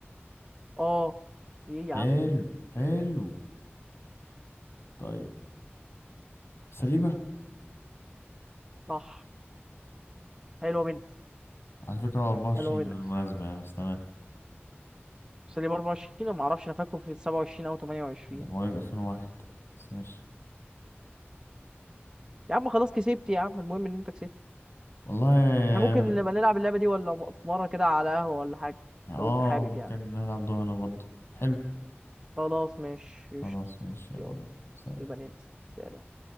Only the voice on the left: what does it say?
حلو
حلو طيب سليبة
على فكرة هو 24
بالمناسبة يعني بس تمام
ده مواليد 2001 بس ماشي
والله
يعني اه
ممكن
نلعب دومينو برضه حلو
خلاص
ماشي يلا
بينا سلام.